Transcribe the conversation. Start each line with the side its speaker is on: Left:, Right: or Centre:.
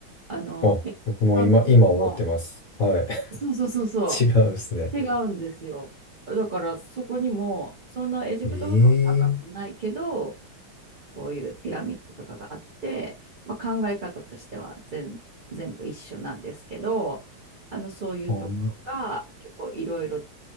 Right: あの、
Left: あ、
Right: メキシカン国にも、
Left: 僕も今、今思ってます。はい。<laughs>
Right: そうそうそうそ
Left: 違うんですね。
Right: う、違うんですよ。だからそこにも、そのエジプトほどは高くないけど、
Left: ええ
Right: こういうピラミッドとかがあって、まあ、考え方としては全全部一緒なんですけどあのそういうところが結構いろいろ
Left: ああー、